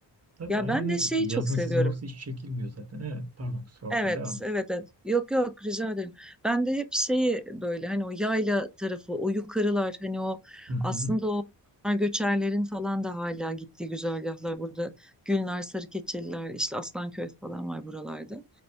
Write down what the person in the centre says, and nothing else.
Ya
ben
de şeyi
çok seviyorum.
Evet,
evet, evet. Yok yok rica ederim. Ben de hep şeyi böyle hani o yayla tarafı, o yukarılar hani o
aslında o göçerlerin falan da hala gittiği güzergahlar burada. Gülnar, Sarıkeçeliler, işte Aslanköy falan var buralarda.